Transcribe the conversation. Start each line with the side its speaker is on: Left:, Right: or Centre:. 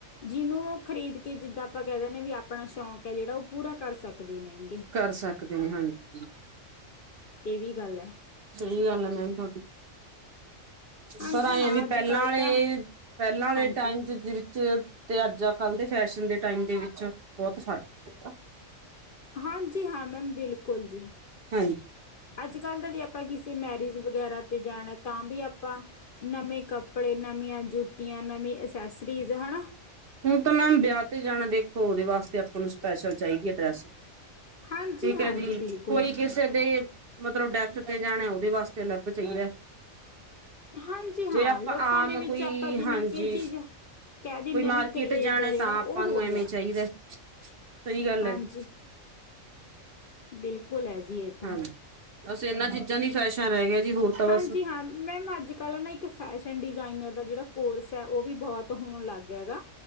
Left: ਜਿਹਨੂੰ ਉਹ ਖਰੀਦ ਕੇ ਜਿੱਦਾਂ ਆਪਾਂ ਕਹਿ ਦਿੰਦੇ ਵੀ ਆਪਣਾ ਸ਼ੌਕ ਹੈ ਜਿਹੜਾ ਉਹ ਪੂਰਾ ਕਰ ਸਕਦੇ। ਨੇਗੇ
Right: ਕਰ ਸਕਦੇ ਨੇ ਹਾਂਜੀ।
Left: ਇਹ ਵੀ ਗੱਲ ਹੈ।
Right: ਸਹੀ ਗੱਲ ਆ ਮੈਮ ਤੁਹਾਡੀ।
Left: ਹਾਂਜੀ
Right: ਪਰ ਆਏ
Left: ਹਾਂ
Right: ਵੀ
Left: ਅੱਜ
Right: ਪਹਿਲਾਂ
Left: ਕੱਲ
Right: ਵਾਲੇ
Left: ਤਾਂ
Right: ਪਹਿਲਾਂ ਵਾਲੇ
Left: ਹਾਂਜੀ
Right: ਟਾਈਮ ਚ ਵਿੱਚ। ਤੇ ਅੱਜ ਕੱਲ ਦੇ ਫੈਸ਼ਨ ਦੇ ਟਾਈਮ ਦੇ ਵਿੱਚ ਬਹੁਤ ਫ਼ਰਕ ਪੈਂਦਾ।
Left: ਹਾਂਜੀ ਹਾਂ ਮੈਮ ਬਿਲਕੁਲ ਜੀ।
Right: ਹਾਂਜੀ
Left: ਅੱਜ ਕੱਲ ਦਾ ਜੇ ਆਪਾਂ ਕਿਸੇ ਮੈਰਿਜ ਵਗੈਰਾ ਤੇ ਜਾਣਾ ਤਾਂ ਵੀ। ਾਂ ਨਵੇਂ ਕੱਪੜੇ ਨਵੀਆਂ ਜੁੱਤੀਆਂ ਨਵੀਂ ਅਸੈਸਰੀਜ਼ ਹਨਾ।
Right: ਹੁਣ ਤਾਂ ਮੈਮ ਵਿਆਹ ਤੇ ਜਾਣਾ ਦੇਖੋ ਉਹਦੇ ਵਾਸਤੇ ਆਪਾਂ ਨੂੰ ਸਪੈਸ਼ਲ ਚਾਹੀਦੀ ਹੈ ਡਰੈੱਸ।
Left: ਹਾਂਜੀ
Right: ਠੀਕ
Left: ਹਾਂਜੀ
Right: ਹੈ ਜੀ
Left: ਬਿਲਕੁਲ
Right: ਕੋਈ
Left: ਜੀ।
Right: ਕਿਸੇ ਦੇ ਮਤਲਬ ਡੈਥ ਜਾਣਾ ਉਹਦੇ ਵਾਸਤੇ ਅਲੱਗ ਚਾਹੀਦਾ।
Left: ਹਾਂਜੀ ਹਾਂ
Right: ਜੇ ਆਪਾਂ
Left: ਲੋਕਾਂ
Right: ਆਮ
Left: ਦੇ ਵਿੱਚ
Right: ਕੋਈ
Left: ਆਪਾਂ ਜਿਵੇਂ
Right: ਹਾਂਜੀ।
Left: ਕਿ ਚੀਜ਼ ਕਹਿ ਦਿੰਦੇ
Right: ਕੋਈ ਮਾਰਕੀਟ
Left: ਹਾਂ ਵੀ ਕਰੇਜ
Right: ਜਾਣਾ
Left: ਹੈ ਜਿਹੜਾ
Right: ਤਾਂ
Left: ਉਹ
Right: ਆਪਾਂ ਨੂੰ
Left: ਹੋ
Right: ਐਵੇਂ
Left: ਗਿਆ
Right: ਚਾਹੀਦਾ ਸਹੀ ਗੱਲ
Left: ਹਾਂਜੀ
Right: ਹੈ ਜੀ।
Left: ਬਿਲਕੁਲ ਐ ਜੀ ਇਹ ਤਾਂ।
Right: ਹਾਂਜੀ ਬਸ ਇਹਨਾਂ ਚੀਜ਼ਾਂ ਦੀ ਫੈਸ਼ਨ ਰਹਿ ਗਿਆ। ਜੀ ਹੋਰ ਤਾਂ ਬਸ
Left: ਹਾਂਜੀ ਹਾਂ ਮੈਮ ਅੱਜ ਕੱਲ ਨਾ ਇੱਕ ਫੈਸ਼ਨ ਡਿਜ਼ਾਇਨਰ ਦਾ ਜਿਹੜਾ ਕੋਰਸ ਐ ਉਹ ਵੀ ਬਹੁਤ ਹੋ। ਣ ਲੱਗ ਗਿਆ ਗਾ।